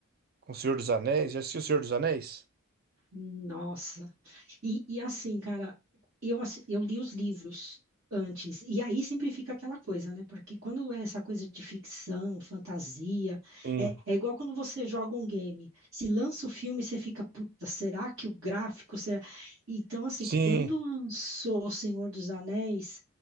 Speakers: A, on the right; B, on the right.
A: com o Senhor dos Anéis? Já assistiu o Senhor dos Anéis?
B: Nossa, E, e assim, cara, eu, assi- eu li os livros antes, e aí sempre fica aquela coisa, né? Porque quando é essa coisa de ficção, fantasia,
A: Sim,
B: é, é igual quando você joga um game. Se lança o filme, você fica, puta, será que o gráfico será? Então, assim,
A: sim,
B: quando lançou O Senhor dos Anéis,